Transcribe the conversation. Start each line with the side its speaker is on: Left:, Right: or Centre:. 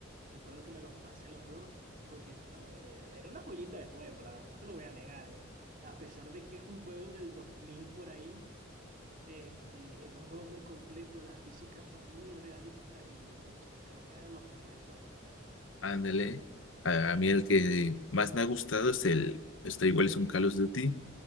Right: Recuerdo que me los pasé los dos porque eso era, eh, era una joyita de juego, la verdad no te lo voy a negar. eh. A pesar de que es un juego del 2000 por ahí, este, es un juego muy completo, las físicas son muy realistas y, cónchale, creo que es de los mejores juegos, la verdad.
Left: Ándale. A, a mí el que más me ha gustado es el, esto igual es un Call of Duty,